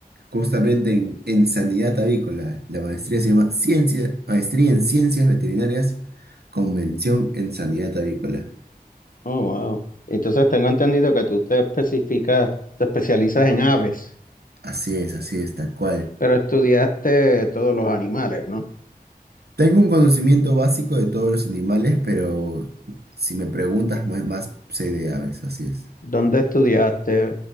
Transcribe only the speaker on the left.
Oh, wow. Entonces tengo entendido que tú te especificas, te especializas en aves,
pero estudiaste todos los animales, ¿no?
¿Dónde estudiaste